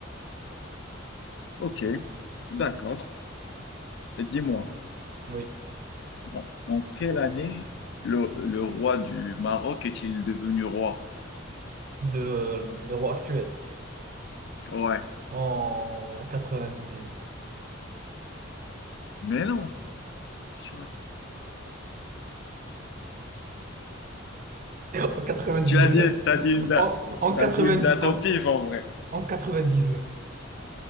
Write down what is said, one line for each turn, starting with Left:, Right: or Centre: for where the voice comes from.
Left: Ok, d'accord. Et Dis-moi,
Right: oui.
Left: en, en quelle année le, le roi du Maroc est-il devenu roi?
Right: Le, le roi actuel
Left: Ouais.
Right: en 98. <laughs>
Left: Mais non. Je raconte.
Right: En 99.
Left: Tu as dit, t'as dit une date,
Right: En, en
Left: t'as
Right: 90,
Left: dit une date
Right: en,
Left: au pif en vrai.
Right: en 99.